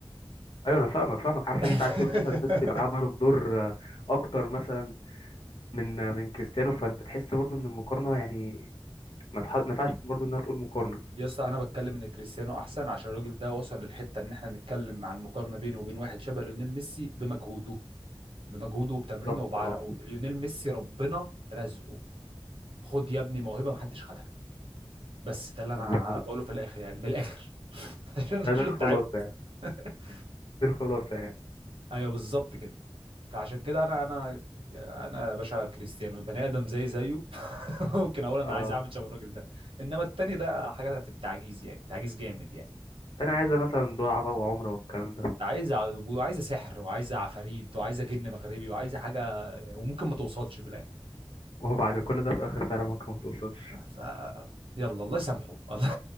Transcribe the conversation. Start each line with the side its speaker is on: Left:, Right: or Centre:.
Left: ايوه انا فاهمك فاهمك عارف
Right: <laughs>
Left: إن انت عايز تقول مثلا ميسي معاه بالون دور آه، اكتر مثلا من آه، من كريستيانو فانت تحس برضه ان المقارنة يعني ما تح- ما ينفعش برضه انها تقول مقارنة
Right: <applause> يا اسطى انا بتكلم ان كريستيانو احسن عشان الراجل ده وصل للحته ان احنا نتكلم عن المقارنه بينه وبين واحد شبه ليونيل ميسي بمجهوده بمجهوده وبتمرينه
Left: بالظبط
Right: وبعرقه
Left: اه
Right: ليونيل ميسي ربنا رزقه خد يا ابني موهبه محدش خدها بس ده اللي انا
Left: أنا فاهم.
Right: بقوله في الاخر يعني من الاخر <laughs> عشان عشان
Left: ده ده الخلاصة
Right: تعبت
Left: يعني
Right: <laughs>
Left: دي الخلاصة يعني
Right: ايوه بالظبط كده فعشان كده انا انا انا يا باشا كريستيانو بني ادم زي زيه <laughs> ممكن اقول انا
Left: اه
Right: عايز اعمل شبه الراجل ده انما التاني ده حاجه في التعجيز يعني تعجيز جامد يعني
Left: ده انا عايزة مثلا دعاء بقى وعمرة والكلام ده
Right: عايزه ع- وعايزه سحر وعايزه عفاريت وعايزه جن مغربي وعايزه حاجه وممكن ما توصلش في الاخر
Left: وهو بعد كل ده في الاخر فعلا ممكن ما توصلش
Right: ف يلا الله يسامحه <laughs> الله